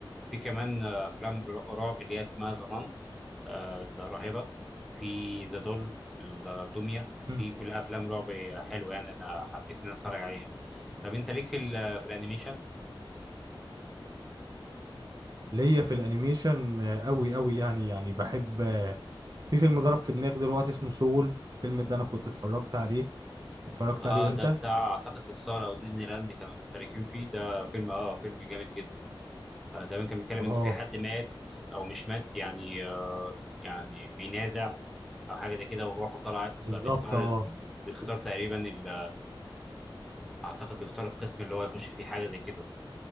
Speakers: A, in the centre; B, on the right.
A: في كمان آه، افلام رعب اللي هي اسمها ظنان آه الراهبه في ذا دول الدميه
B: مم.
A: دي كلها افلام رعب حلوه يعني انا حبيت ان انا اتفرج عليها طب انت ليك في ال- في الانيميشن
B: ليا في الانيميشن آه، قوي قوي يعني يعني بحب آه، في فيلم ضرب في دماغي دلوقتي اسمه سول الفيلم ده انا كنت اتفرجت عليه اتفرجت عليه
A: اه
B: انت
A: ده بتاع اعتقد بيكسار او ديزني لاند كانوا مشتركين فيه ده فيلم اه فيلم جامد جدا آه تمام كان بيتكلم
B: اه
A: ان في حد مات او مش مات يعني آه يعني بينازع او حاجه زي كده وروحه طلعت
B: بالظبط
A: فبيختار
B: اه
A: بيختار تقريبا ال- اعتقد بيختار القسم اللي هو يخش فيه حاجه زي كده